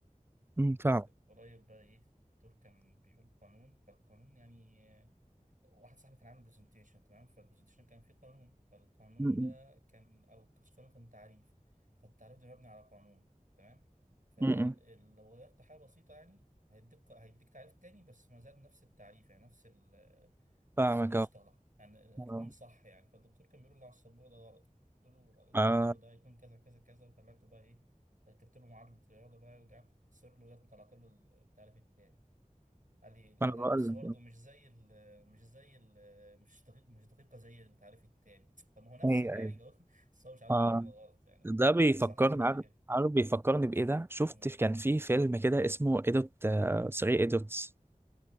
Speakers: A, on the right; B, on the right.
A: امم فاهم
B: وقريب بقى إيه الدكتور كان بيقول قانون فالقانون يعني واحد صاحبي كان عامل برزنتيشن تمام فالبرزنتيشن كان فيه قانون فالقانون
A: م-
B: ده كان او كانش قانون كان تعريف فالتعريف ده مبني على قانون تمام فلو
A: م- م-
B: غيرت حاجة بسيطة يعني هيديك هيديك تعريف تاني بس ما زال نفس التعريف يعني نفس ال نفس
A: فاهمك
B: المصطلح
A: اه
B: يعني الاتنين
A: آه.
B: صح يعني فالدكتور كان بيقول لي على السبورة ده غلط قلت له انت
A: آه
B: يا دكتور ده هيكون كذا كذا كذا وطلعته بقى ايه ركبت له معادلة رياضة بقى وقعدت اخسر له لغاية ما طلعت له التعريف التاني علي لا
A: انا
B: لا
A: بقول
B: بس برضه
A: لك
B: مش زي ال مش زي ال مش دقيق مش دقيقة زي التعريف التاني طب ما هو نفس
A: اي
B: الحاجة
A: اي
B: <laughs> بس هو مش عايز
A: آه
B: منه غلط يعني
A: ده بيفكرني
B: تحصل حاجات زي
A: عارف
B: كده
A: عارف بيفكرني بايه ده شفت
B: مم.
A: كان في فيلم كده اسمه ايدوت آه 3 ايدوتس